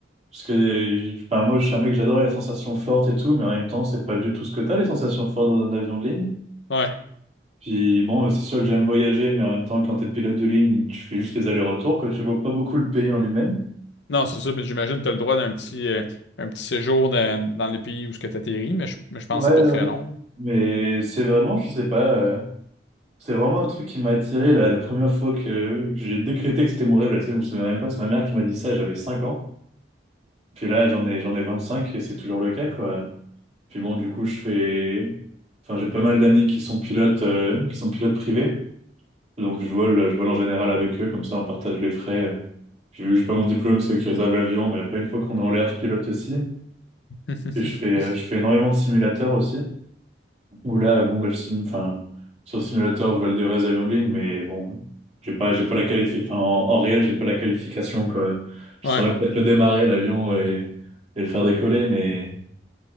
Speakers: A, on the right; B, on the left.
A: Parce que euh, je- enfin, moi, je suis un mec, j'adore les sensations fortes et tout, mais en même temps, c'est pas du tout ce que t'as, les sensations fortes dans un avion de ligne.
B: Ouais.
A: Puis bon, euh, c'est sûr que j'aime voyager, mais en même temps, quand t'es pilote de ligne, tu fais juste les allers-retours, quoi. Tu vois pas beaucoup le pays en lui-même.
B: Non, c'est ça. puis J'imagine que tu as le droit d'un petit, euh, un petit séjour dans, dans les pays où tu atterris, mais je, mais je pense
A: Ouais,
B: que c'est
A: ouais.
B: pas très
A: ouais.
B: long.
A: Mais c'est vraiment, je sais pas, euh, c'est vraiment un truc qui m'a attiré la, la première fois que, que j'ai décrété que c'était mon rêve, là, tu sais, je me souviens même pas, c'est ma mère qui m'a dit ça, j'avais 5 ans. Puis là, j'en ai, j'en ai 25 et c'est toujours le cas, quoi. Puis bon, du coup, je fais... Enfin, j'ai pas mal d'amis qui sont pilotes, euh, qui sont pilotes privés. Donc, je vole, je vole en général avec eux, comme ça, on partage les frais. Puis vu que j'ai pas mon diplôme, c'est eux qui réservent l'avion. Mais après, une fois qu'on est en l'air, je pilote aussi.
B: <laughs>
A: Et je fais, euh, je fais énormément de simulateurs aussi. Où là, bon, bah, je sim... enfin, sur simulateur, je vole des vrais avions de ligne, mais bon, j'ai pas, j'ai pas la qualifi... enfin, en, en réel, j'ai pas la qualification, quoi. Je
B: Ouais.
A: saurais peut-être le démarrer, l'avion, et, et le faire décoller, mais...